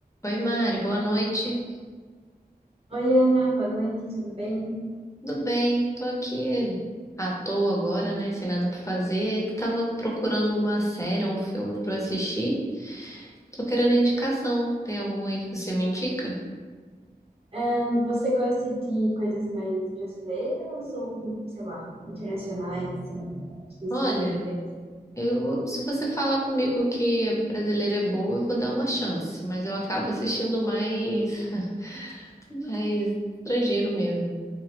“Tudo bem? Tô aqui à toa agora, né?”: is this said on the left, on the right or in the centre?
Left